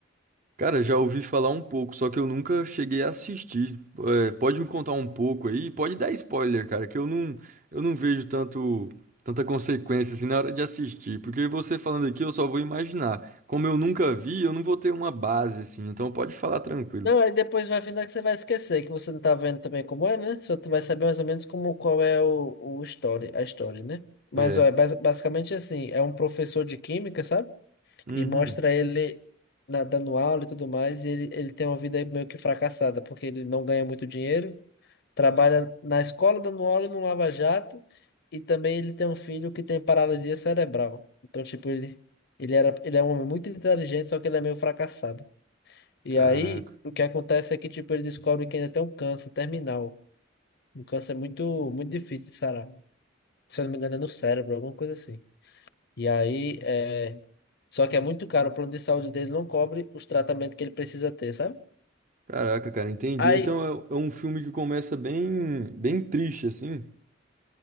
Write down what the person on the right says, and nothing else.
Cara, já ouvi falar um pouco, só que eu nunca cheguei a assistir. É, pode me contar um pouco aí? Pode dar spoiler, cara, que eu não, eu não vejo tanto, tanta consequência assim na hora de assistir. Porque você falando aqui, eu só vou imaginar. Como eu nunca vi, eu não vou ter uma base assim. Então pode falar tranquilo.
É.
Uhum.
Caraca.
Caraca, cara, entendi.
Então é, é um filme que começa bem, bem triste, assim.